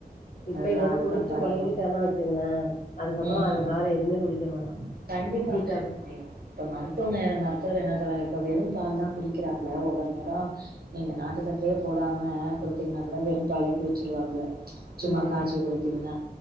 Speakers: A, on the left; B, on the right.
A: இப்பைலர்ந்து
B: அதுதா அதுதா
A: குடிச்சு
B: பண்ணணு
A: பழகிட்டானா வெச்சுக்கங்ளே அதுக்கப்றோ
B: ம்
A: அது
B: ம்
A: தவர எதுமே குடிக்க மாட்டா
B: கண்டிப்பா
A: டீ காஃபி
B: தோழி இப்ப மருத்துவங்க மருத்துவர் என்ன சொல்றாங்க இப்ப வெறும் பால் தா குடிக்கிறாப்ல ஒவ்வொரு நேரோ நீங்க நாட்டு சக்கரையே போடாம குடுத்தீங்னா கூட வெறும் பாலே குடிச்சிருவாப்ல சும்மா
A: ம்
B: காச்சி குடுத்தீங்னா